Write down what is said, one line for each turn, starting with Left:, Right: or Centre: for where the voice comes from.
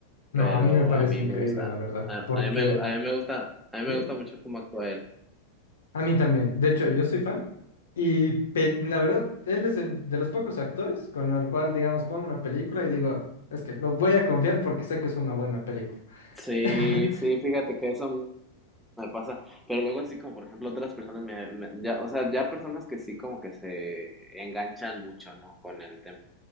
Left: No,
Centre: pero
Left: a mí me parece
Centre: a mí
Left: increíble,
Centre: me gusta,
Left: la verdad,
Centre: a,
Left: porque...
Centre: a mí me, a mí me gusta, a mí me
Left: ¿sí?
Centre: gusta mucho cómo actúa él.
Left: A mí también. De hecho, yo soy fan. Y pel- la verdad, él es el de los pocos actores con el cual, digamos, pongo una película y digo, es que lo voy a confiar porque sé que es una buena película.
Centre: Sí,
Left: <laughs>
Centre: sí, fíjate que eso me pasa, pero luego así como por ejemplo otras personas me, me- ya, o sea, ya personas que sí como que se enganchan mucho, ¿no? Con el tema.